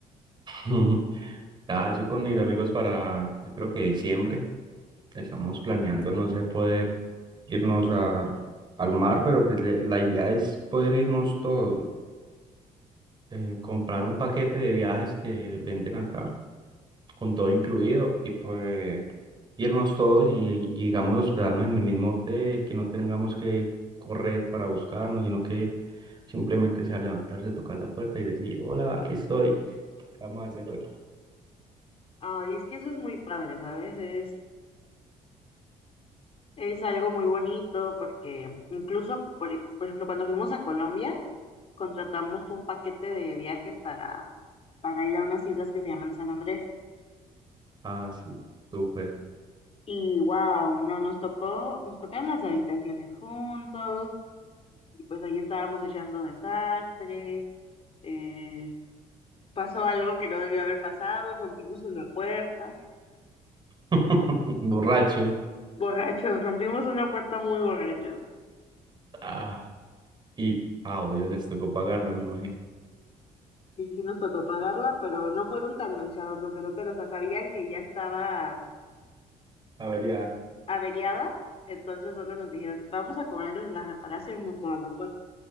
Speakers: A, on the right; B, on the left.
A: <laughs> Ah, yo con mis amigos para, yo creo que diciembre, estamos planeando, no sé, poder irnos a, al mar, pero pues le- la idea es poder irnos todos, eh, comprar un paquete de viajes que venden acá con todo incluido y pues irnos todos y, y, digamos hospedarnos en el mismo hotel, que no tengamos que correr para buscarnos, sino que simplemente sea levantarse, tocar la puerta y decir, hola, aquí estoy, ¿qué vamos a hacer hoy?
B: Ay, es que eso es muy padre, ¿sabes? Es, es algo muy bonito porque incluso, por, e- por ejemplo, cuando fuimos a Colombia, contratamos un paquete de viaje para, para ir a unas islas que se llaman San Andrés.
A: Ah, sí, súper.
B: Y wow, no, nos tocó, nos tocaron las habitaciones juntos, y pues ahí estábamos echando desastre, eh, pasó algo que no debió haber pasado, rompimos una puerta,
A: <laughs> Borrachos.
B: borrachos, rompimos una puerta muy borrachos.
A: Ah, y, ah, obvio, les tocó pagarla, me imagino.
B: Sí, sí nos tocó pagarla, pero no fueron tan manchados los del hotel, o sea, sabían que ya estaba
A: A ver, ya.
B: averiada, entonces solo nos dijeron, vamos a cobrarles la reparación, no toda la puerta.